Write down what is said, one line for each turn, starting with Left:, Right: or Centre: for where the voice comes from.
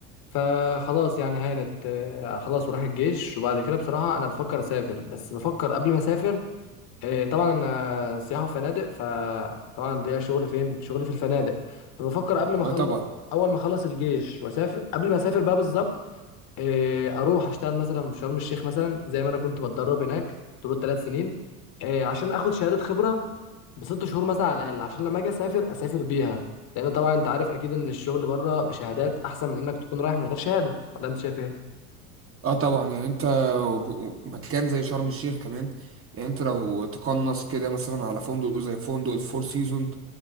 Left: فخلاص يعني هانت آه، خلاص وراح الجيش وبعد كده بصراحه انا بفكر اسافر بس بفكر قبل ما اسافر آه، طبعا انا سياحه وفنادق فطبعا ليا شغل فين شغلي في الفنادق فبفكر قبل ما
Right: اه
Left: اخلص
Right: طبعا
Left: اول ما اخلص الجيش واسافر قبل ما اسافر بقى بالظبط آه، اروح اشتغل مثلا في شرم الشيخ مثلا زي ما انا كنت بتدرب هناك طول الثلاث سنين آه، عشان اخد شهاده خبره بست شهور مثلا على الاقل عشان لما اجي اسافر اسافر بيها لان طبعا انت عارف اكيد ان الشغل بره بشهادات احسن من انك تكون رايح من غير شهاده ولا انت شايف ايه
Right: اه طبعا يعني انت وب- مكان زي شرم الشيخ كمان يعني انت لو تقنص كده مثلا على فندق زي فندق الفور سيزون